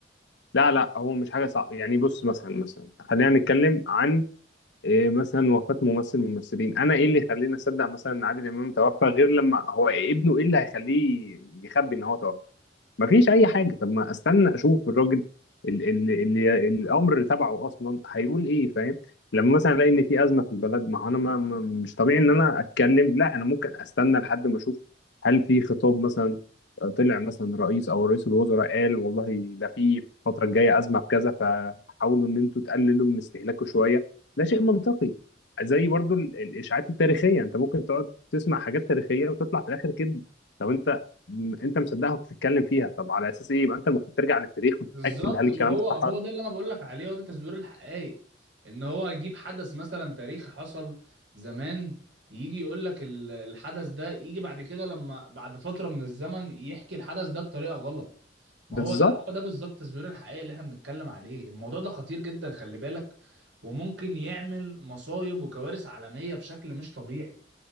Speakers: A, on the left (about 70°); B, on the right (about 85°).
A: لا لا هو مش حاجه صعبه يعني بص مثلا مثلا خلينا نتكلم عن إيه مثلا وفاة ممثل من الممثلين انا ايه اللي يخليني اصدق مثلا ان عادل امام توفى غير لما هو ابنه ايه اللي هيخليه يخبي ان هو توفى مفيش اي حاجه طب ما استنى اشوف الراجل اللي, اللي, اللي الامر تبعه اصلا هيقول ايه فاهم لما مثلا الاقي ان في ازمه في البلد ما هو انا ما ما- مش طبيعي ان انا اتكلم لا انا ممكن استنى لحد ما اشوف هل في خطاب مثلا طلع مثلا رئيس او رئيس الوزراء قال والله ده في الفتره الجايه ازمه في كذا فحاولوا ان انتوا تقللوا من استهلاكه شويه ده شيء منطقي زي برضو ال- الاشاعات التاريخيه انت ممكن تقعد تسمع حاجات تاريخيه وتطلع في الاخر كده طب انت م- انت مصدقها وبتتكلم فيها طب على اساس ايه يبقى انت المفروض ترجع للتاريخ وتتاكد
B: بالظبط
A: هل الكلام
B: ما هو
A: ده
B: هو
A: صح ولا-
B: ده اللي انا بقول لك عليه هو ده تزوير الحقائق ان هو يجيب حدث مثلا تاريخي حصل زمان يجي يقول لك ال- الحدث ده يجي بعد كده لما بعد فترة من الزمن يحكي الحدث ده بطريقة غلط ما
A: بالظبط
B: هو ده هو ده بالظبط تزوير الحقائق اللي احنا بنتكلم عليه الموضوع ده خطير جدا خلي بالك وممكن يعمل مصايب وكوارث عالمية بشكل مش طبيعي